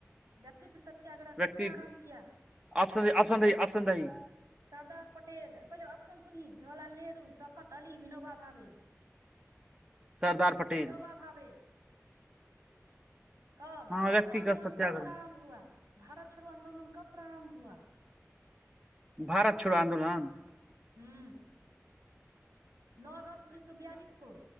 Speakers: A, on the right; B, on the right.
A: व्यक्तित्व सत्य सत्याग्रह किसने
B: व्यक्ति
A: आरम्भ किया
B: ऑप्शन
A: व्यक्तित्व
B: ऑप्शन दही ऑप्शन दही
A: सरदार पटेल पहिले अब सुनिही जवरलााल नेहरू सौकत अली विनोोबा भाबे
B: सरदार पटेल
A: विनोबा भावे कह भारत
B: हँ व्यक्तिगत
A: छोड़ आन्दोलन
B: सत्याग्रह
A: कब प्रारम्भ हुआ भारत छोड़ो आंन्दोलन कब प्रारम्भ हुआ
B: भारत छोड़ो आन्दोलन
A: हू नओ अगस्त उन्नैस सए बियालिस को